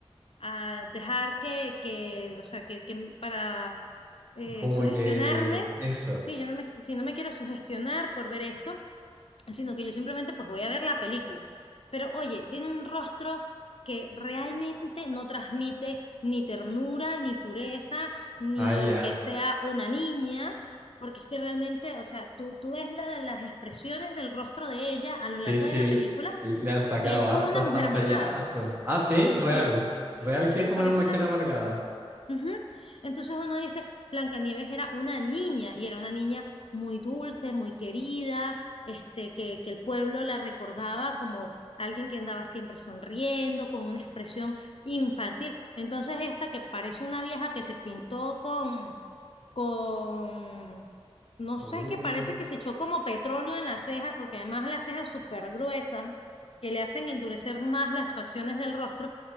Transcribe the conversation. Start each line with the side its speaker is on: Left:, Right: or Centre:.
Left: a dejar que, que, o sea, que, que para eh,
Right: como
Left: sugestionarme,
Right: que eso.
Left: sí, yo no me, si no me quiero sugestionar por ver esto, sino que yo simplemente pues voy a ver la película. Pero oye, tiene un rostro que realmente no transmite ni ternura, ni pureza, ni
Right: Ah, ya.
Left: que sea una niña, porque es que realmente, o sea, tú, tú ves la, las expresiones del rostro de ella a lo
Right: Sí,
Left: largo
Right: sí,
Left: de la película
Right: le, le han sacado
Left: y es como
Right: hartos
Left: una mujer
Right: pantallazos.
Left: amargada.
Right: Ah, sí, real.
Left: Sí, sí,
Right: Real
Left: sí, sí,
Right: que es como
Left: parece
Right: una mujer
Left: una,
Right: amargada.
Left: Ujú. Entonces uno dice, Blancanieves era una niña y era una niña muy dulce, muy querida, este, que, que el pueblo la recordaba como alguien que andaba siempre sonriendo, con una expresión infantil. Entonces esta que parece una vieja que se pintó con, con, no
Right: Uh.
Left: sé, que parece que se echó como petróleo en las cejas, porque además las cejas súper gruesas, que le hacen endurecer más las facciones del rostro,